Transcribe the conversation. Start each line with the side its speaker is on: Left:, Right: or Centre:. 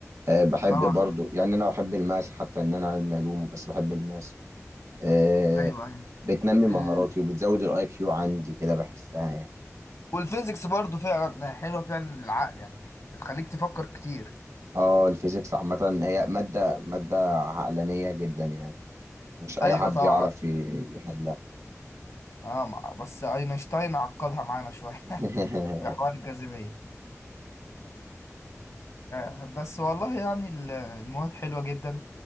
Right: أه بحب
Left: طبعا
Right: برضو يعني انا بحب الماس حتى ان انا علمي علوم بس بحب الماس أه
Left: ايوه ايوه
Right: بتنمي
Left: ال...
Right: مهاراتي وبتزود الاي كيو عندي كده بحسها يعني
Left: والفيزيكس برضو فعلا حلوة فعلا للعقل يعني بتخليك تفكر كتير
Right: اه الفيزيكس عامه هي ماده ماده عقلانيه جدا يعني مش اي
Left: ايوه
Right: حد
Left: طبعا
Right: يعرف ي- يحلها
Left: اه مع- بس اينشتاين عقدها معانا شوية
Right: <laughs>
Left: <laughs> بحوار الجاذبية آه، بس والله يعني ال- المواد حلوة جدا